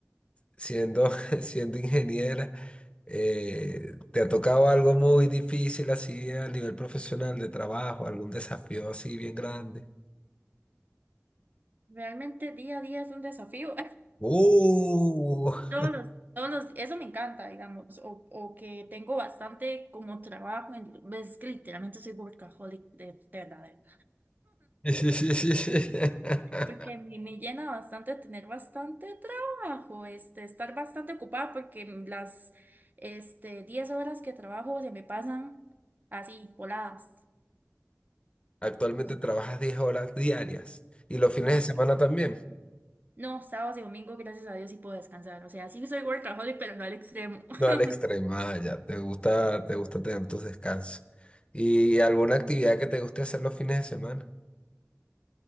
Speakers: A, on the left (about 20°); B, on the right (about 35°).
A: siendo, <laughs> siendo ingeniera, eh, ¿te ha tocado algo muy difícil así a nivel profesional de trabajo, algún desafío así bien grande?
B: Realmente día a día es un desafío.
A: ¡Uh!
B: <laughs>
A: <laughs>
B: Todos los, todos los, eso me encanta, digamos, o, o que tengo bastante como trabajo, en, es que literalmente soy workaholic de, de verdad.
A: <laughs> Sí sí sí sí sí. <laughs>
B: Porque me, me llena bastante tener bastante trabajo, este, estar bastante ocupada porque las, este, 10 horas que trabajo se me pasan así, voladas.
A: Actualmente
B: Entonces,
A: trabajas diez horas diarias y los fines
B: corre.
A: de semana también.
B: No, sábados y domingo, gracias a Dios, sí puedo descansar. O sea, sí soy workaholic, pero no al extremo. <laughs>
A: No, al extremo, ah, ya, te gusta, te gusta tener tus descansos. ¿Y alguna actividad que te guste hacer los fines de semana?